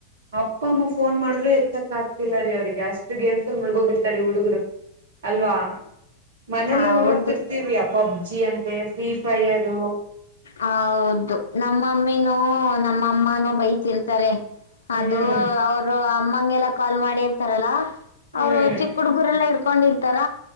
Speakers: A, on the right (about 60°); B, on the left (about 70°).
A: ಅಪ್ಪ ಅಮ್ಮ ಫೋನ್ ಮಾಡಿದ್ರು ಎತ್ತಕ್ ಆಗ್ತಿಲ್ಲ ರೀ ಅವ್ರಿಗೆ ಅಷ್ಟು ಗೇಮ್ಸ್ ಅಲ್ಲಿ ಮುಳಗೋಗಿತಳ ಹುಡುಗರು ಅಲ್ವಾ ಮನೇಲೆ
B: ಹೌದು
A: ನೋಡ್ತಿರ್ತೀವಿ ಅಪ್ಪ ಅಮ್ಮ ಜಿ ಅಂತೆ ಫ್ರೀಫೈರ್
B: ಹೌದು ನಮ್ಮಮ್ಮಿನೂ ನಮ್ ಅಮ್ಮಾನೂ ಬೈತಿರ್ರ್ತಾರೆ
A: ಹ್ಮ್
B: ಅದು ಅವರು ಅಮ್ಮಗೆಲ್ಲ ಕಾಲ್ ಮಾಡಿರ್ತಾರಲ್ಲಾ
A: ಹ್ಮ್
B: ಅವರು ಚಿಕ್ಕ ಹುಡುಗುರೆಲ್ಲ ಹಿಡ್ಕೊಂಡಿರ್ತಾರ